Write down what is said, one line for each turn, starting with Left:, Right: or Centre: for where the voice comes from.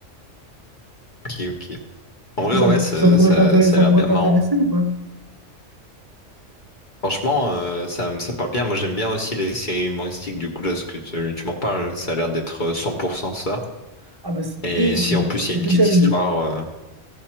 Left: ok, ok. En
Right: Est-ce
Left: vrai,
Right: que ça,
Left: ouais, ça,
Right: ça pourrait
Left: ça,
Right: t'intéresser,
Left: ça
Right: ça
Left: a l'air
Right: pourrait
Left: bien
Right: t'intéresser
Left: marrant.
Right: ou pas?
Left: Franchement, euh, ça, me- ça me parle bien. Moi, j'aime bien aussi les séries humoristiques. Du coup, là, ce que tu, tu m'en parles, ça a l'air d'être euh, 100% ça.
Right: Ah bah c'est
Left: Et
Right: dé-
Left: si
Right: c'est
Left: en plus,
Right: c'est
Left: il y a une
Right: déjà
Left: petite
Right: l'humour.
Left: histoire. euh,